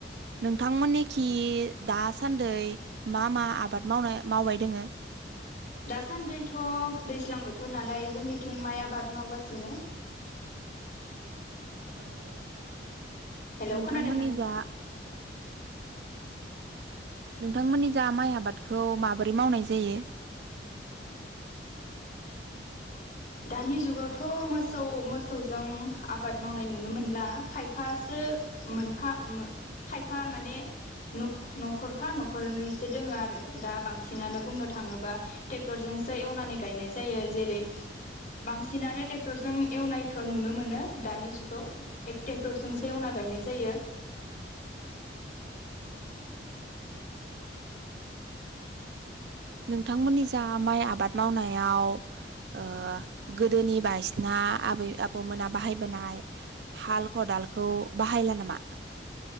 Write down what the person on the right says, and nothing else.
नोंथांमोननिखि दासान्दै मा मा आबाद मावनाय मावबाय दोङो
औ
नोंथांमोननि
जा नोंथांमोननि जा माइ आबादखौ माबोरै मावनाय जायो
नोंथांमोननि जा माइ आबाद मावनायाव ओ गोदोनि बायसिना आबै आबौमोना बाहायबोनाय हाल खदालखौ बाहायला नामा?